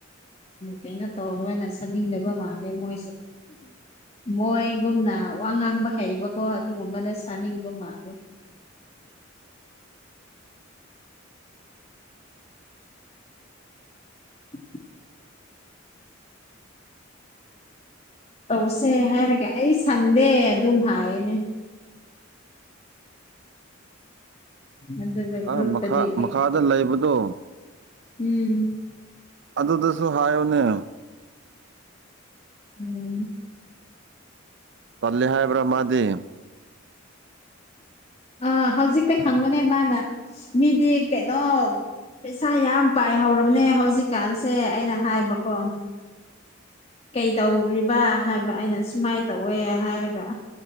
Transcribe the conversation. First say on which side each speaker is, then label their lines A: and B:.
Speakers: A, on the left; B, on the right.
A: ꯀꯩꯅꯣ ꯇꯧꯗꯅ ꯁꯟꯅꯤꯡꯗꯕ ꯃꯥꯜꯂꯦ ꯃꯣꯏꯁꯨ ꯃꯣꯏꯒꯨꯝꯅ ꯋꯥ ꯉꯥꯡꯕ ꯍꯩꯕꯀꯣ ꯑꯗꯨꯒꯨꯝꯕꯅ ꯁꯥꯅꯤꯡꯕ ꯃꯥꯂꯦ <unintelligible> ꯇꯧꯁꯦ ꯍꯥꯏꯔꯒꯦ ꯑꯩ ꯁꯪꯗꯦ ꯑꯗꯨꯝ ꯍꯥꯏꯅꯦ ꯑꯗꯨꯗꯒ
B: ꯑꯥ
A: ꯭ꯔꯨꯨꯞꯇꯗꯤ
B: ꯃꯈꯥ ꯃꯈꯥꯗ ꯂꯩꯕꯗꯣ
A: ꯎꯝ
B: ꯑꯗꯨꯗꯁꯨ ꯍꯥꯏꯌꯨꯅꯦ
A: ꯎꯝ
B: ꯄꯜꯂꯦ ꯍꯥꯏꯕ꯭ꯔꯥ ꯃꯥꯗꯤ
A: ꯑꯥ ꯍꯧꯖꯤꯛꯇ ꯈꯪꯕꯅꯦ ꯃꯥꯅ ꯃꯤꯗꯤ ꯀꯩꯅꯣ ꯄꯩꯁꯥ ꯌꯥꯝ ꯄꯥꯏꯍꯧꯔꯕꯅꯦ ꯍꯧꯖꯤꯛꯀꯥꯟꯁꯦ ꯑꯩꯅ ꯍꯥꯏꯕꯀꯣ ꯀꯩ ꯇꯧ꯭ꯔꯤꯕ ꯍꯥꯏꯕ ꯑꯩꯅ ꯁꯨꯃꯥꯏꯅ ꯇꯧꯋꯦ ꯍꯥꯏꯔꯒ